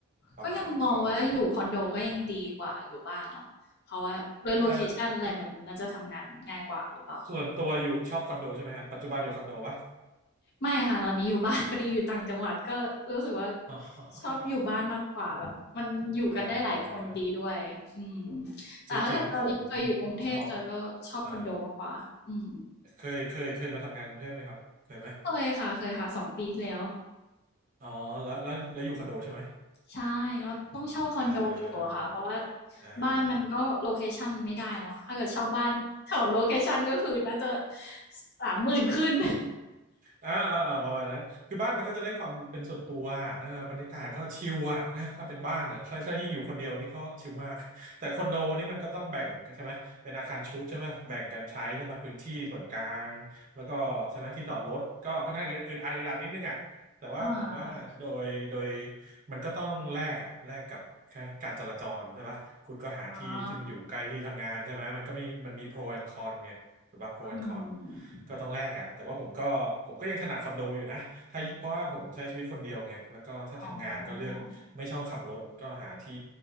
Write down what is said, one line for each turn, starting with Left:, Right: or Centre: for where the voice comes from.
Right: ประมาณนั้นก็ก็
Left: ก็ยังมองว่าอยู่คอนโดก็ยังดีกว่าอยู่บ้านเนาะเพราะว่าด้วยโลเคชันอะไรมันน่าจะทำงานง่ายกว่าหรือเปล่า
Right: เออสส่วนตัวอยู่ชอบคอนโดใช่ไหมฮะปัจจุบันอยู่คอนโดปะ
Left: ไม่ค่ะตอนนี้อยู่บ้าน <laughs> พอดีอยู่ต่างจังหวัดก็รู้สึกว่า
Right: <laughs> อ๋อ
Left: ชอบอยู่บ้านมากกว่าแบบมันอยู่กันได้หลายคนดีด้วยอืม
Right: เอ่อ
Left: แต่ถ้าเกิดจอยจอยอยู่กรุงเทพจอยก็ชอบคอนโดมากกว่าอืม
Right: จริงๆผมชอบใช่เคยเคยเคยมาทำงานกรุงเทพไหมครับเคยไหม
Left: เคยค่ะเคยค่ะสองปีที่แล้ว
Right: อ๋อแล้วแล้วแล้วอยู่คอนโดใช่ไหม
Left: ใช่เราต้องเช่าคอนโดอยู่อะค่ะเพราะว่า
Right: อ่าอ่า
Left: บ้านมันก็โลเคชันไม่ได้เนาะถ้าเกิดเช่าบ้านแถวโลเคชันก็คือน่าจะ30,000ขึ้น
Right: อ่าอ่าอ่าประมาณนั้นคือบ้านมันก็จะได้ความเป็นส่วนตัวเออบรรยากาศก็ชิลอะนะถ้าเป็นบ้านอ่ะใช่ใช่ยิ่งอยู่คนเดียวนี่ก็ชิลมาก <laughs> แต่คอนโดนี่มันก็ต้องแบ่งกันใช่ไหมเป็นอาคารชุดใช่ไหมแบ่งกันใช้ใช่ไหมพื้นที่ส่วนกลางแล้วก็ใช่ไหมที่จอดรถก็ค่อนข้างอึดอึดอัดอึดอัดนิดนึงอะแต่ว่าผมว่าโดยโดย
Left: <laughs> อา
Right: มันก็ต้องแลกอะแลกกับแค่การจราจรใช่ปะคุณก็หาที่ที่มันอยู่ใกล้ที่ทำงานใช่ไหมมันก็มีมันมีโปรแอนคอนไง
Left: อ๋อ
Right: ถูกป่ะ pro
Left: อื
Right: and con
Left: ม
Right: ก็ต้องแลกอะแต่ว่าผมก็ผมก็ยังถนัดคอนโดอยู่นะถ้าเพราะว่าผมใช้ชีวิตคนเดียวไงแล้วก็ถ้าทำงานก็เลือกไม่ชอบขับรถก็หาที่
Left: อ๋อ